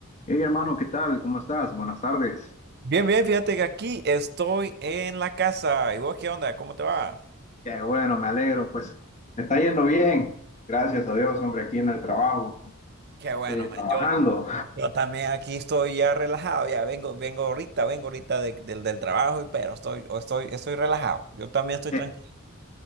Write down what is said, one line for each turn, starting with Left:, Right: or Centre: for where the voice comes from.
Left: Hey hermano, ¿qué tal? ¿Cómo estás? Buenas tardes.
Right: Bien, bien, fíjate que aquí estoy en la casa. ¿Y vos qué onda? ¿Cómo te va?
Left: Qué bueno, me alegro. Pues me está yendo bien. Gracias a Dios, hombre, aquí en el trabajo,
Right: Qué bueno,
Left: eh,
Right: man.
Left: trabajando.
Right: Yo, yo también aquí estoy ya relajado. Ya vengo, vengo ahorita, vengo ahorita de- del, del trabajo, y- pero estoy, o estoy, estoy relajado. Yo también
Left: <laughs>
Right: estoy
Left: Qué,
Right: tranquilo.